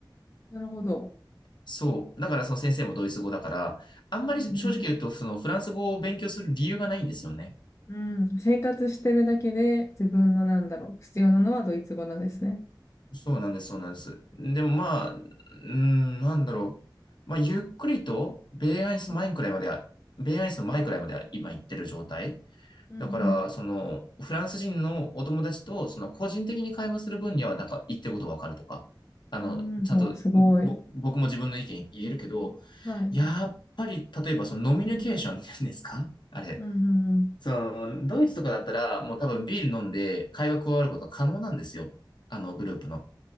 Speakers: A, on the left (about 35°); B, on the left (about 65°).
A: なるほど。
B: そう。だからその先生もドイツ語だから、あんまり正直言うと、
A: うん
B: そのフランス語を勉強する理由がないんですよね。
A: うん。うん。生活してるだけで、自分のなんだろう、必要なのはドイツ語なんですね。
B: そうなんです、そうなんです。でもまあ、うーん、なんだろう。まあ、ゆっくりと、ベイアイス前くらいまでは、
A: はい。
B: ベイアイスの前くらいまでは今行ってる状態。
A: うん
B: だから、その、フランス人のお友達と、その、個人的に会話する分には、なんか、言ってることわかるとか、あの、
A: うん。うん。
B: ちゃんと、
A: わ、すごい。
B: ぼ、僕も自分の意見言えるけど、
A: はい。
B: やっぱり、例えば、その、ノミニケーションっていうんですかあれ。
A: うんうんうん。
B: その、ドイツとかだったら、もう多分ビール飲んで会話加わることが可能なんですよ。あの、グループの。